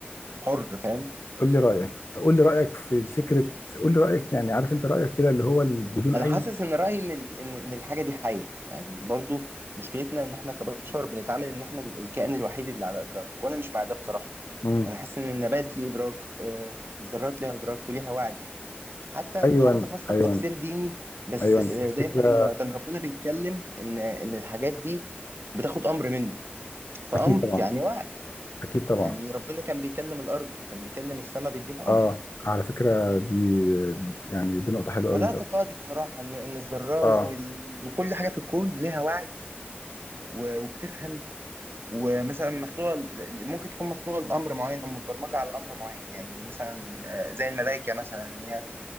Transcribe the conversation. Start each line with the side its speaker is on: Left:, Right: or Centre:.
Right: حر فاهم
Left: قول لي رأيك طب قول لي رأيك في فكرة قول لي رأيك يعني عارف انت رأيك كده اللي هو ال- بدون
Right: انا
Left: أي
Right: حاسس ان رأيي ان ال- ان إن الحاجة دي حية يعني برضو مشكلتنا ان احنا كبشر بنتعامل ان احنا الكائن الوحيد اللي على ادراك وانا مش مع ده بصراحة
Left: مم.
Right: انا حاسس ان النبات ليه ادراك آه، الذرات ليها ادراك وليها وعي حتى
Left: أيوه
Right: انا مش عايز افسر
Left: أيوه
Right: تفسير ديني بس
Left: أيوه الفكرة
Right: آه، دايما كان ربنا بيتكلم ان ان الحاجات دي بتاخد امر منه فامر
Left: أكيد طبعا
Right: يعني وعي
Left: أكيد طبعا
Right: يعني ربنا كان بيكلم الارض كان بيكلم السماء بيديها
Left: أه
Right: امر
Left: على فكرة دي يعني دي نقطة حلوة
Right: فده
Left: أوي انت
Right: اعتقادي بصراحة ان ان الذرات
Left: أه
Right: وال... وكل حاجة في الكون ليها وعي و... وبتفهم ومثلا مخلوقة ل- ممكن تكون مخلوقة لأمر معين أو متبرمجة على أمر معين يعني مثلا آه، زي الملائكة مثلا هي